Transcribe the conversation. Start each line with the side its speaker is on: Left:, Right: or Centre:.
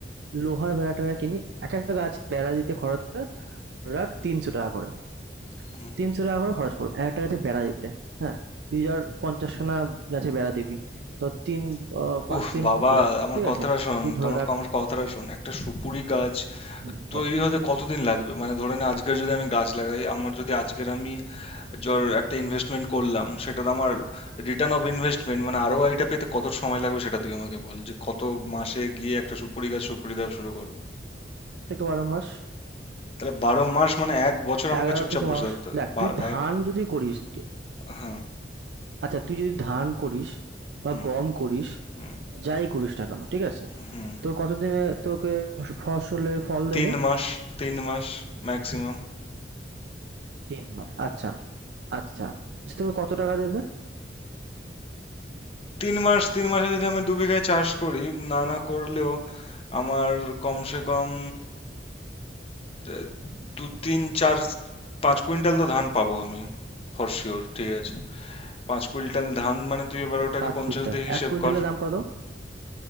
Right: লোহার বেড়াটা কিনি এক একটা গাছ বেড়া দিতে খরচ পড়ে ধরে রাখ তিনশো টাকা করে
Left: হুম।
Right: তিনশো টাকা করে খরচ পড়বে একটা গাছে বেড়া দিতে হ্যাঁ তুই ধর পঞ্চাশখানা গাছে বেড়া দিবি তো তিন আহ, পাঁচ
Left: উফ
Right: দিন
Left: বাবা আমার
Right: ঠিক
Left: কথাটা
Right: আছে
Left: শোন
Right: তুই ধরে
Left: তোমার
Right: রাখ
Left: আমার কথাটা শোন একটা সুপুরি গাছ
Right: হুম, বল
Left: তৈরি হতে কতদিন লাগবে মানে ধরে নে আজকের যদি আমি গাছ লাগাই আমার যদি আজকের আমি জর একটা ইনভেস্টমেন্ট করলাম সেটার আমার রিটার্ন অফ ইনভেস্টমেন্ট মানে আরও আইটা পেতে কত সময় লাগবে সেটা তুই আমাকে বল যে কত মাসে গিয়ে একটা সুপুরি গাছ সুপুরি দেওয়া শুরু করবে
Right: থেকে বারো মাস
Left: তাহলে বারো মাস মানে এক বছর আমাকে
Right: এগারো
Left: চুপচাপ
Right: থেকে
Left: বসে
Right: মাস
Left: থাকতে হবে।
Right: দেখ
Left: বা
Right: তুই ধান
Left: এক
Right: যদি করিস তো-
Left: হ্যাঁ
Right: আচ্ছা তুই যদি ধান করিস বা
Left: হুম
Right: গম করিস
Left: হুম
Right: যাই করিস না কেন ঠিক আছে
Left: হুম
Right: তোর কতদিনে তোকে ফসলের ফল
Left: তিন
Right: দেবে
Left: মাস তিন মাস ম্যাক্সিমাম
Right: তিন মাস আচ্ছা আচ্ছা আচ্ছা, তোকে কত টাকা দেবে
Left: তিন মাস তিন মাসে যদি আমি দু বিঘায় চাষ করি না না করলেও আমার কমসে কম আহ, দু তিন চার পাঁচ কুইন্টাল তো ধান পাবো আমি ফর শিওর ঠিক আছে পাঁচ কুইন্টাল ধান মানে তুই এবার ওটাকে
Right: পাঁচ
Left: পঞ্চাশ
Right: কুইন্টাল
Left: দিয়ে হিসেব
Right: এক কুইন্টালের
Left: কর
Right: দাম কত